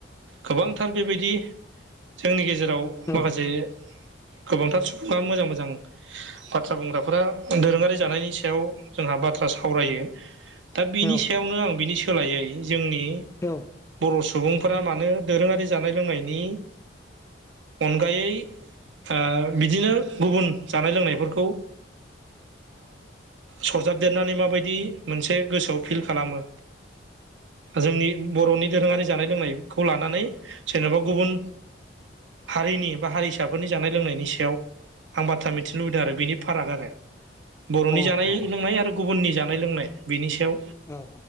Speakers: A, on the right; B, on the left.
A: गोबांथार बेबायदि जोंनि गेजे जेराव
B: औ
A: माखासे गोबांथार सुबुङा मोजां मोजां बाथ्रा बुंग्राफोरा दोरोङारि जानायनि सायाव जोंहा बाथ्रा सावरायो दा बिनि
B: औ
A: सायावनो आं बिनि सोलायै जोंनि
B: औ
A: बर' सुबुंफोरा मानो दोरोङारि जानाय लोंनायनि अनगायै ओ बिदिनो गुबुन जानाय लोंनायफोरखौ सरजाबदेरनानै माबायदि मोनसे गोसोआव फिल खालामो जोंनि बर'नि दोरोङारि जानाय लोंनायखौ लानानै जेन'बा गुबुन हारिनि बा हारिसाफोरनि जानाय लोंनायनि सायाव आं बाथ्रा मिथिनो लुबैदों आरो बेनि फाराग आरो बर'नि
B: औ
A: जानाय लोंनाय आरो गुबुननि जानाय लोंनाय बेनि सायाव
B: औ